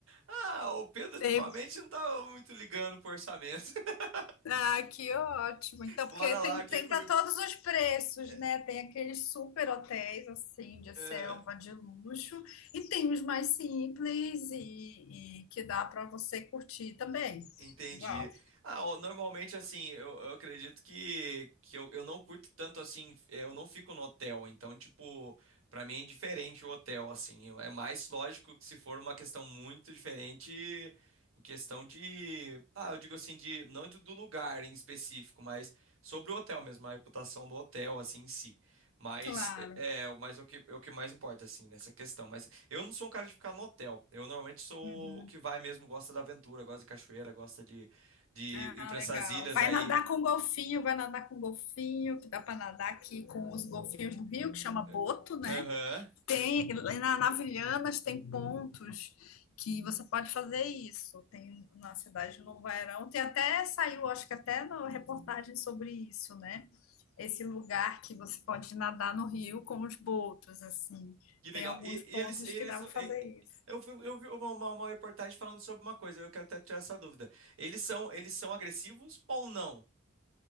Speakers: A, on the right (about 85°); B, on the left (about 85°).
A: Ah, o Pedro ultimamente
B: Tem
A: não tá muito ligando pro orçamento. <laughs>
B: Ah, que ótimo. Então,
A: Bora
B: porque tem,
A: lá, que
B: tem
A: que
B: para
A: o-
B: todos os preços,
A: é,
B: né? Tem aqueles super hotéis, assim, de
A: é.
B: selva, de luxo, e tem os mais simples e, e que dá para você curtir também.
A: Entendi.
B: Uau,
A: Ah, ó, normalmente assim, eu, eu acredito que, que eu, eu não curto tanto assim, eh, eu não fico no hotel, então, tipo, pra mim é indiferente o hotel, assim, eu- é mais lógico que se for uma questão muito diferente, em questão de, ah, eu digo assim, de, não de- do lugar em específico, mas sobre o hotel mesmo, a reputação do hotel, assim, em si. Mas
B: claro.
A: é, é, o- mas é o que, é o que mais importa, assim, nessa questão. Mas eu não sou um cara de ficar no hotel. Eu normalmente sou
B: Uhum.
A: o que vai mesmo, gosta da aventura, gosta de cachoeira, gosta de, de
B: Ah,
A: ir para
B: legal.
A: essas ilhas
B: Vai
A: aí.
B: nadar com golfinho, vai nadar com golfinho, que dá para nadar aqui com os golfinhos do rio, que chama
A: É,
B: boto, né?
A: Aham.
B: Tem, na, na Vilhanas tem pontos que você pode fazer isso. Tem na cidade de Novo Airão, tem até saiu, acho que até na reportagem sobre isso, né? Esse lugar que você pode nadar no rio com os botos, assim.
A: Que
B: Tem
A: legal.
B: alguns
A: E,
B: pontos
A: e eles, eles,
B: que dá para
A: não-
B: fazer
A: e-
B: isso.
A: eu, vi- eu vi uma, uma, uma reportagem falando sobre uma coisa, eu quero até tirar essa dúvida. Eles são, eles são agressivos ou não?